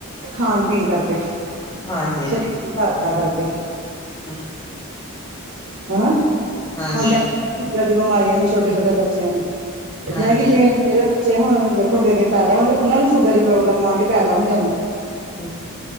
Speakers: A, on the right; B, on the left.
A: ਖਾਣ ਪੀਣ ਕਰਕੇ,
B: ਹਾਂਜੀ,
A: ਸਰੀਰ ਦੀ ਹਾਇਤਾ ਕਰਕੇ
B: ਹੂੰ,
A: ਹਨਾ ਹੁਣ
B: ਹਾਂਜੀ,
A: ਸ਼ੂਗਰ ਦੀ ਬਿਮਾਰੀਆਂ ਲਈ ਛੋਟੇ ਛੋਟੇ ਬੱਚਿਆਂ ਨੂੰ।
B: ਹਾਂਜੀ,
A: ਜਾਣੀ ਕਿ ਜਿਵੇਂ ਜੇੜੇ ਬੱਚੇ ਹੁਣ ਦੇਖੋ ਅੱਗੇ ਅੱਗੇ ਪੈਦਾ ਹੁੰਦੇ, ਓਨਾਂ ਨੂੰ ਸ਼ੂਗਰ ਦੀ ਪ੍ਰੋਬਲਮ ਆਦੀ ਪੈਦਾ ਹੁੰਦਿਆਂ ਨੂੰ।
B: ਹੂੰ